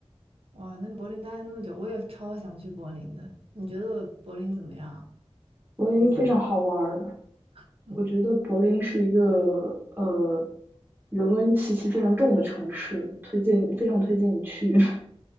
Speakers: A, on the right; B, on the right.
A: 哇，那柏林待了那么久，我也超想去柏林的。你觉得柏林怎么样啊
B: 柏林非常好玩儿，
A: 你玩？<laughs>
B: 我觉得柏林是一个呃人文气息非常重的城市，推荐非常推荐你去。<laughs>